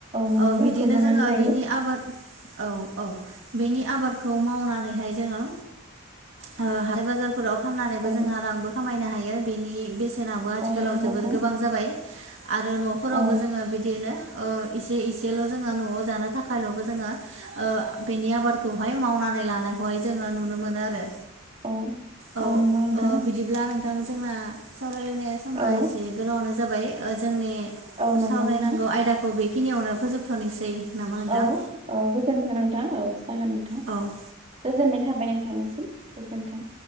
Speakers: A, on the right (about 30°); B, on the right (about 65°).
A: नंगौ
B: औ बिदिनो
A: गोबाङानो
B: जोङो
A: जायो
B: बेनि आबाद औ औ बेनि आबादखौ मावनानैहाय जोङो हाथाय बाजारफोराव फाननानैबो
A: औ
B: जोंहा रांबो खामायनो हायो बेनि बेसे बेसेनाबो आथिखालाव
A: औ नंगौ
B: जोबोर
A: नोंथां
B: गोबां जाबाय आरो न'फोरावबो
A: औ
B: जोङो बिदिनो ओ इसे इसेल' जोङो न'आव जानो थाखायल'बो जोङो ओ बेनि आबादखौहाय मावनानै लानायखौहाय जोङो नुनो मोनो आरो
A: औ
B: औ
A: नंगौ नोंथां
B: ओ बिदिब्ला नोंथां जोंना सावरायलायनाय समा
A: औ
B: एसे दे गोबावानो जाबाय जोंनि
A: औ नंगौ
B: सावरायनांगौ
A: नोंथां
B: आयदाखौ बेखिनियावनो फोजोबथ'नोसै नामा नोंथां?
A: औ औ गोजोन्थों नोंथां औ जागोन नोंथां
B: औ
A: गोजोननाय थाबाय आं थांनिसिम गोजोन्थों